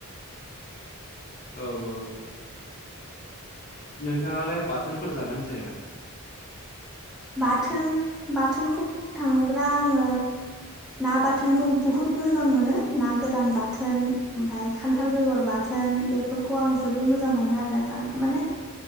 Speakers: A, on the left; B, in the centre.
A: औ औ औ नोंथाङालाय बाथोनफोर जागोन जाया?
B: बाथोन बाथोनखौ बुंनो थाङोब्ला आङो ना बाथोनखौ बुहुत मोजां मोनो ना गोरान बाथोन ओमफ्राय खान्थाल बेगर बाथोन बेफोरखौ आं जोबोर मोजां मोनो आरोना जानो माने